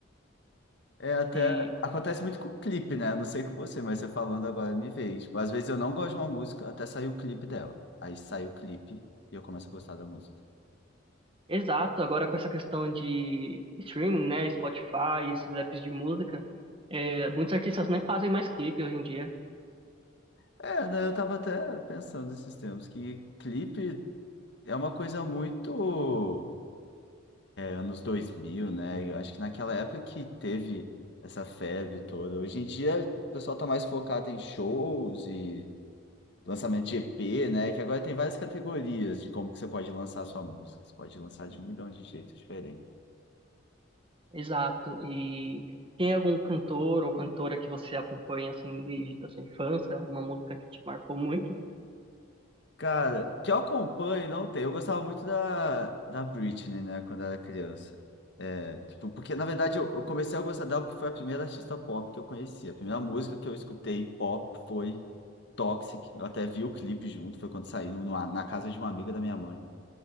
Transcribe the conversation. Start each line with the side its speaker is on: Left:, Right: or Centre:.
Left: É até
Right: E,
Left: acontece muito com o clipe, né? Eu não sei com você, mas você falando agora me veio. Tipo, às vezes eu não gosto de uma música até sair o clipe dela. Aí sai o clipe e eu começo a gostar da música.
Right: exato, agora com essa questão de streaming, né? Spotify, esses apps de música, é, muitos artistas nem fazem mais clipe hoje em dia.
Left: É, né? Eu tava até pensando esses tempos que clipe é uma coisa muito anos 2000, né? Eu acho que naquela época que teve essa febre toda. Hoje em dia, o pessoal tá mais focado em shows e lançamento de EP, né? Que agora tem várias categorias de como que você pode lançar a sua música. Você pode lançar de um milhão de jeitos diferentes.
Right: Exato. E tem algum cantor ou cantora que você acompanha assim desde a sua infância, alguma música que te marcou muito?
Left: Cara, que eu acompanho não tem. Eu gostava muito da, da Britney, né, quando era criança. É, tipo, porque na verdade eu, eu comecei a gostar dela porque foi a primeira artista pop que eu conheci. A primeira música que eu escutei pop foi Toxic. Eu até vi o clipe junto, foi quando saiu numa- na casa de uma amiga da minha mãe.